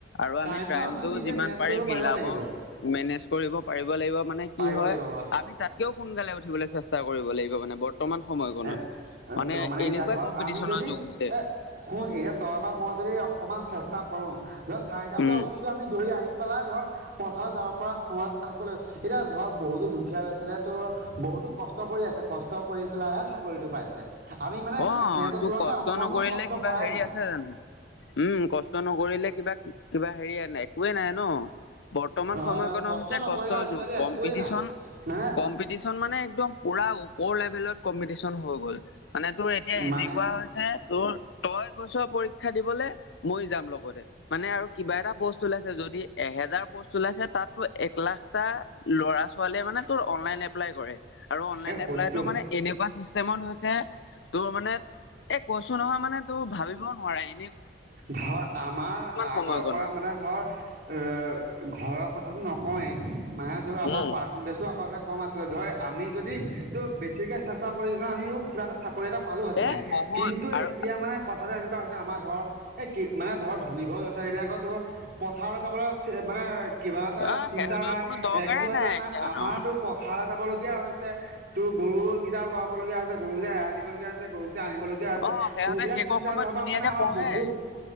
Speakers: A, on the left; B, on the right.
A: আৰু
B: টাইমটো
A: আমি টাইমতটো
B: আমিও নিজে
A: যিমান
B: মেনেজ
A: পাৰি
B: কৰিব পাৰিব
A: মিলাব
B: লাগিব
A: মেনেজ কৰিব পাৰিব লাগিব মানে কি
B: পাৰিব
A: হয়
B: লাগিব
A: আমি তাতকেও সোনকালে উঠিবলৈ চেষ্টা কৰিব লাগিব বৰ্তমান সময়কণত
B: এ
A: মানে
B: ত
A: এনেকুৱাই
B: এতিয়া ধৰ
A: কম্পিটিছনৰ
B: আমি যদি
A: যুগ হৈছে।
B: এ শুন এতিয়া তই বা মই যদি অকণমান চেষ্টা কৰোঁ ধৰ চাৰিটা বজাত
A: উম
B: উঠিও আমি দৌৰি আহি পেলাই ধৰ পথাৰলৈ যাব পৰা ক্ষমতা থাকিব লাগিব এতিয়া ধৰ বহুতো দুখীয়া ল'ৰা ছোৱালীয়ে টোৰ বহুতো কষ্ট কৰি আছে কষ্ট কৰি পেলাইহে চাকৰিটো পাইছে। আমি মানে
A: অ
B: সিহঁতৰ
A: তোৰ
B: তুলনাত
A: কষ্ট
B: অকণো
A: নকৰিলে
B: কষ্ট
A: কিবা
B: কৰাই
A: হেৰি
B: নাই।
A: আছে জানো উম, কষ্ট নকৰিলে কিবা কিবা হেৰি নাই একোৱেই নাই ন। বৰ্তমান
B: হয়
A: সময়কণত
B: হয় কষ্ট
A: হৈছে
B: নকৰিলে
A: কষ্টৰ
B: আজিকালি
A: যুগ কম্পিটিচন
B: একোৱেই নাই মানে
A: কম্পিটিশন মানে একদম পুৰা ওপৰ লেভেলত কম্পিটিশন হৈ গ'ল। মানে তোৰ এতিয়া এনেকুৱা
B: মানে
A: হৈছে তোৰ তই গৈছ পৰীক্ষা দিবলে মই যাম লগতে মানে আৰু কিবা এটা পষ্ট ওলাইছে যদি এহে জাৰ পোষ্ট ওলাইছে তাত তোৰ এক লাখ টা ল'ৰা ছোৱালীয়ে মানে তোৰ অনলাইন এপ্লাই কৰে আৰু অনলাইন
B: এই শত্ৰু
A: এপ্লাইটো মানে এনেকুৱা চিষ্টেম হৈছে তোৰ মানে এ কৈছো নহয় মানে তোৰ ভাবিবও নোৱাৰি।
B: ধৰ আমাৰ আগৰ
A: সময়কণত
B: পৰা মানে ধৰ এ ঘৰক কথাটো নকওঁয়েই মানে ধৰ আমাৰ
A: উম
B: পাৰ্চেন্টেজ টো আগতে কম আছিলে ধৰ আমি যদি তোৰ বেছিকে চেষ্টা কৰি ধৰ আমিও কিবা এটা চাকৰি এটা পালোহেতেনে
A: এ বহুত
B: কিন্তু
A: আৰু
B: এতিয়া মানে কথাটো এনেকুৱা হৈছে আমাৰ ধৰ এই মানে ধৰ ধনীঘৰ ল'ৰা ছোৱালী বিলাকত ধৰ পথাৰলৈ যাবলৈ মানে কিবা এটা
A: অ
B: চিন্তা
A: সিহঁতৰ
B: নাই
A: কোনো দৰকাৰে
B: একো এটা নাই
A: সিহঁতৰ
B: আমাৰটো পথাৰে যাবল লগীয়া হৈছে তোৰ গৰুকেইটা লৰাব লগীয়া হৈছে গৰুকেইটা এৰাল দিব লগীয়া হৈছে গৰু কেইটা আনিবলগীয়া হৈছে
A: অ সিহঁতে
B: সৌবিলাক
A: শেষৰ
B: চিন্তা
A: সময়ত
B: ধৰাপা
A: ধুনীয়াকে
B: মানে আমাৰ
A: পঢ়ে।
B: বহুত